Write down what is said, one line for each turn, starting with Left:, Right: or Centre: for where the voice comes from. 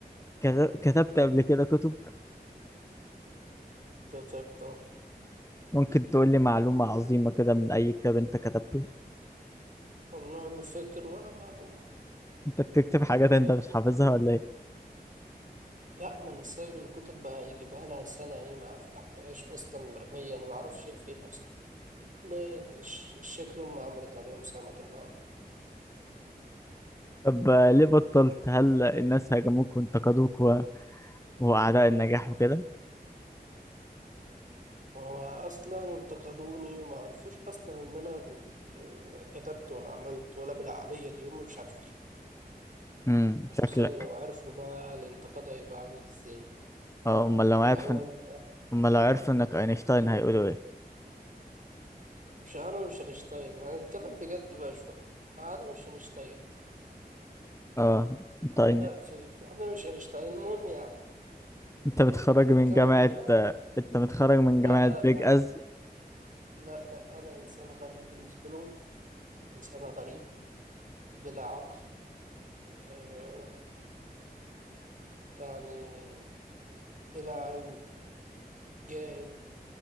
Left: كت- كتبت قبل كده كتب
Right: كتبت
Left: ممكن تقول لي معلومة عظيمة كده من أي كتاب أنت كتبته
Right: والله ما فاكر ولا معلومة
Left: أنت بتكتب حاجات أنت مش حافظها ولا إيه
Right: لا ما انا سايب الكتب بقى يجيبها لها سنة ايه ما فتحتهاش اصلا مرمية انا ما اعرفش هي فين اصلا والله ش- شكلهم ما عملت عليهم سمك النهاردة
Left: طب آه، ليه بطلت هل الناس هاجموك وانتقدوك و... وأعداء النجاح وكده
Right: هو اصلا انتقدوني ما عرفوش اصلا ان انا بال... كتبت ولا عملت ولا بالعقلية دي هم مش عارفين
Left: امم
Right: متخيل
Left: شكلك
Right: لو عرفوا بقى الانتقاد هيبقى عامل ازاي
Left: اه أمال لو
Right: اللي
Left: عارف
Right: هو
Left: إن-
Right: انت
Left: أمال لو عرفوا إنك أينشتاين هيقولوا إيه
Right: مش انا مش اينشتاين انا هتكلم بجد بقى شوية انا مش اينشتاين
Left: اه أنت
Right: انا
Left: أين-
Right: في... في- انا مش اينشتاين المهم يعني
Left: أنت متخرج
Right: الحكاوة
Left: من جامعة
Right: فيها
Left: آه، أنت متخرج من
Right: لا
Left: جامعة
Right: لا
Left: بيج
Right: لا
Left: أز
Right: لا لا أنا إنسان غريب بالنسبة لهم إنسان غريب بلا عقل آه يعني بلا علم جاهل